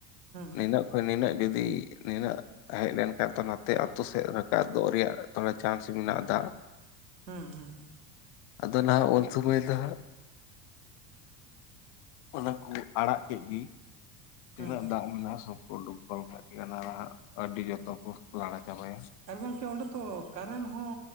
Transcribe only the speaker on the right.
ᱦᱮᱸ
ᱦᱩᱸ ᱦᱮᱸ ᱦᱩᱸ
ᱦᱩᱸ
ᱟᱨ ᱜᱚᱢᱠᱮ ᱚᱸᱰᱮ ᱛᱚ ᱠᱟᱨᱮᱱ ᱦᱚᱸ